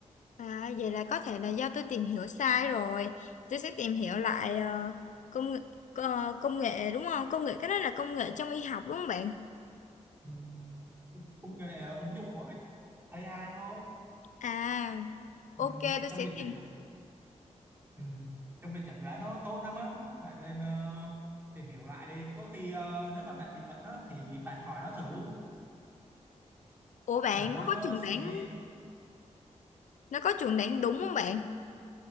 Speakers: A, on the left; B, on the right.
A: à, vậy là có thể là do tôi tìm hiểu sai rồi tôi sẽ tìm hiểu lại ờ, công nghệ ờ, công nghệ đúng không công nghệ cái đó là công nghệ trong y học đúng không bạn
B: Ừm, công nghệ ứng dụng của AI thôi
A: à
B: Ừm,
A: ok tôi
B: trong
A: sẽ
B: việc
A: tìm
B: chẩn đoán ừm, trong việc chẩn đoán nó tốt lắm á bạn lên ờ, tìm hiểu lại đi có khi ờ, nếu mà bạn bị bệnh đó thì bạn hỏi nó thử
A: ủa bạn
B: là
A: nó
B: nó
A: có chuẩn
B: sẽ
A: đoán nó có chuẩn đoán đúng không bạn